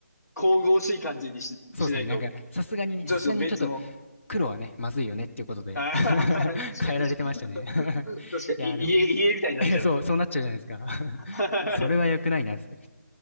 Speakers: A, on the left; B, on the left.
A: 神々しい感じにし、
B: そうですね。
A: しないと、
B: なんか、さすがにね、
A: 上司のメンツも、
B: さすがにちょっと黒はね、まずいよねっていうことで
A: ああ
B: <laughs>
A: <laughs> 確かに確かに、
B: 変えられてましたね <laughs>
A: 確かに、
B: いや、
A: い家、
B: でも、
A: 家みたいになっちゃう。
B: いやそう、そうなっちゃうじゃないですか
A: はい
B: <laughs> それは良くないな、つって。い